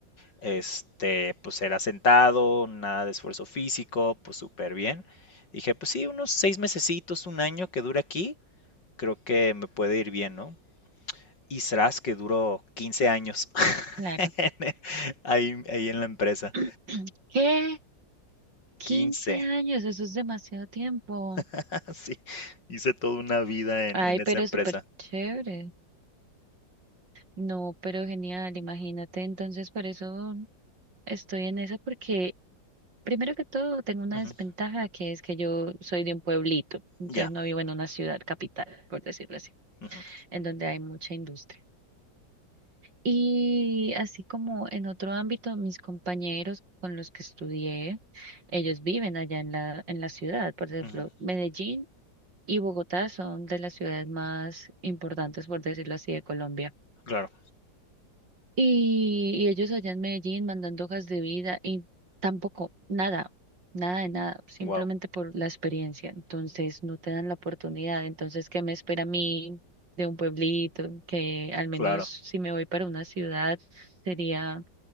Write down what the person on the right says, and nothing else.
claro.
<clears throat> ¿Qué? quince
años, eso es demasiado tiempo.
Ay,
pero
súper chévere. No, pero genial, imagínate. Entonces, por eso estoy en eso, porque primero que todo tengo una
desventaja que es que yo soy de un pueblito, entonces
no vivo en una ciudad capital, por decirlo así,
en donde hay mucha industria. Y así como en otro ámbito, mis compañeros con los que estudié, ellos viven allá en la, en la ciudad. Por ejemplo,
Medellín y Bogotá son de las ciudades más importantes, por decirlo así, de Colombia.
Y, y ellos allá en Medellín mandando hojas de vida y tampoco, nada, nada de nada, simplemente
por la experiencia. Entonces, no te dan la oportunidad. Entonces, ¿qué me espera a mí de un pueblito? Que al menos
si me voy para una ciudad, sería